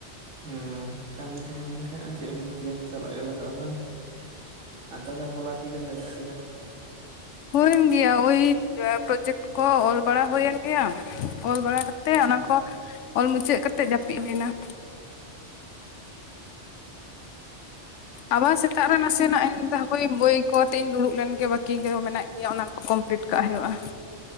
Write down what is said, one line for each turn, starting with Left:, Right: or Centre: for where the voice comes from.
Right: ᱦᱩᱸ ᱠᱟᱹᱢᱤ ᱛᱟᱦᱮᱸ ᱞᱮᱱ ᱠᱷᱟᱱ ᱪᱮᱫ ᱮᱢ ᱪᱤᱠᱟᱹᱭᱟ ᱪᱟᱞᱟᱜ ᱜᱮ ᱞᱟᱜᱟᱜ-ᱟ ᱵᱟᱝ᱾ ᱟᱨ ᱛᱟᱦᱚᱞᱮ ᱦᱚᱞᱟ ᱛᱤᱨᱮᱢ ᱡᱟᱹᱯᱤᱫ ᱠᱮᱫᱟ ᱾
Left: ᱦᱩᱭᱮᱱ ᱜᱮᱭᱟ, ᱳᱭ ᱯᱨᱚᱡᱮᱠᱴ ᱠᱚ ᱚᱞ ᱵᱟᱲᱟ ᱦᱩᱭᱮᱱ ᱜᱮᱭᱟ ᱾ ᱚᱞ ᱵᱟᱲᱟ ᱠᱟᱛᱮ ᱚᱱᱟ
Right: ᱚ
Left: ᱠᱚ ᱚᱞ ᱢᱩᱪᱟᱹᱫ ᱠᱟᱛᱮ ᱡᱟᱹᱯᱤᱫ ᱦᱩᱭᱱᱟ ᱾ ᱟᱵᱟᱨ ᱥᱮᱛᱟᱜ ᱨᱮ ᱱᱟᱥᱮ ᱱᱟᱜ <unintelligible> ᱵᱳᱭ ᱠᱚᱛᱮ ᱤᱧ ᱫᱩᱲᱩᱵ ᱞᱮᱱ ᱜᱮ ᱵᱟᱠᱤ ᱜᱮ ᱢᱮᱱᱟᱜ ᱜᱮᱭᱟ, ᱚᱱᱟ ᱠᱚ ᱠᱚᱢᱯᱤᱞᱤᱴ ᱠᱟᱜ ᱦᱩᱭᱩᱜᱼᱟ ᱾